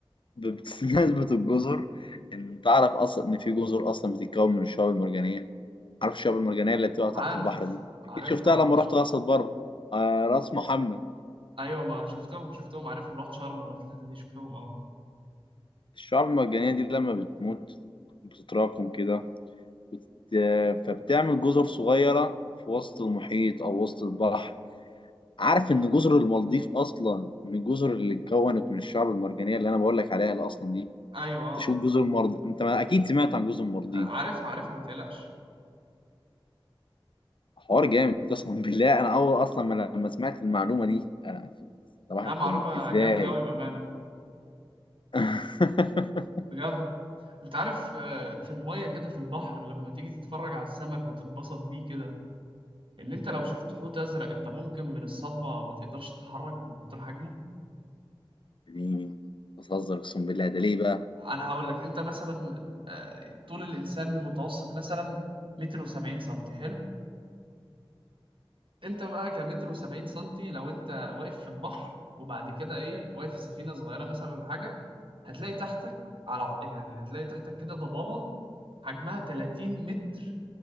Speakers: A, on the left; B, on the right.
A: بت- <laughs> نسبة الجزر إن تعرف أصلا إن في جزر أصلا بتتكون من الشعاب المرجانية عارف الشعاب المرجانية اللي بتبقى
B: عارف
A: تحت البحر دي أكيد
B: عارفها
A: شفتها
B: يا
A: لما
B: باشا
A: رحت راس بره آه راس محمد
B: أيوة ما شفتهم شفتهم عارفهم رحت شرم ورحت الحتة دي شفتهم أه
A: الشعاب المرجانية دي لما بتموت بتتراكم كده بت... فبتعمل جزر صغيرة في وسط المحيط أو وسط البحر عارف ان جزر المالديف اصلا من الجزر اللي اتكونت من الشعب المرجانيه اللي انا بقول لك عليها اللي اصلا دي
B: أيوة أه
A: تشوف جزر المالديف انت ما اكيد سمعت عن جزر المالديف
B: عارفها عارفها ما تقلقش
A: حوار جامد قسما <laughs> بالله انا اول اصلا ما لما سمعت المعلومه دي انا صباح
B: لا
A: الفل
B: معلومة
A: ازاي
B: جامدة أوي بأمانة
A: <laughs>
B: بجد أنت عارف آه، في المية كده في البحر لما تيجي تتفرج على السمك وتتبسط بيه كده إن أنت لو شفت حوت أزرق أنت ممكن من الصدمة ما تقدرش تتحرك من كتر حجمه
A: اديني بتهزر اقسم بالله ده ليه بقى
B: انا هقول لك انت مثلا آه، طول الانسان المتوسط مثلا متر وسبعين سنتي حلو انت بقى كمتر وسبعين سنتي لو انت واقف في البحر وبعد كده ايه واقف في سفينة صغيرة مثلا ولا حاجة هتلاقي تحتك على ع- يعني هتلاقي تحتك كده ضبابة حجمها 30 متر